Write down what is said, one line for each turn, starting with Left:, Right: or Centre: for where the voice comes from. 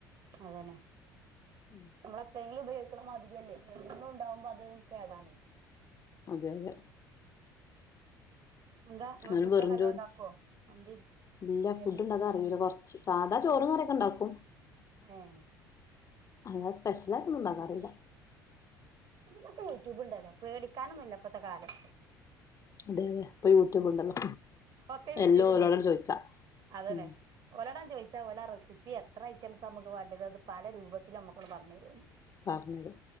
Right: അതന്നെ
Left: ഉം
Right: നമ്മള എപ്പളേങ്കിലും ഉപയോഗിക്കുന്ന മാതിരിയല്ലേ എന്നും ഉണ്ടാകുമ്പോ അതരു കേടാണ്
Left: അതെ അതെ
Right: എന്താ ഇങ്ങള്
Left: ആനും
Right: ഫുഡൊക്കെ
Left: വെറും
Right: നല്ലോം
Left: ചോറും
Right: ഇണ്ടാക്കോ മന്തിം
Left: ഇല്ല
Right: ബിരിയാണിയൊക്കെ
Left: ഫുഡ്ണ്ടാക്കാൻ അറിയൂല കൊറച്ച് സതാ ചോറും കറിയൊക്കെണ്ടാക്കും
Right: ഏഹ്
Left: അങ്ങെ സ്പെഷ്യലായിട്ടൊന്നും ഉണ്ടാക്കാറീല
Right: ഇതിനൊക്കെ യൂട്യൂബ് ഉണ്ടല്ലോ പേടിക്കാനൊന്നുല്ല പ്പത്തെ കാലം
Left: അതെ പ്പൊ യൂട്യൂബ്ണ്ടല്ലോ
Right: ഒക്കെ യൂട്യൂബുണ്ട്
Left: എല്ലോ ഓലോടട് ചോയ്ക്കാ
Right: അതന്നെ
Left: ഉം
Right: ഓലോടാൻ ചോയ്ച്ചാ ഓലാ റെസിപ്പി എത്ര ഐറ്റംസ് നമുക്ക് വേണ്ട്യത് അത് പല രൂപത്തിലും നമ്മുക്കട് പറഞ്ഞരും
Left: പർഞ്ഞരും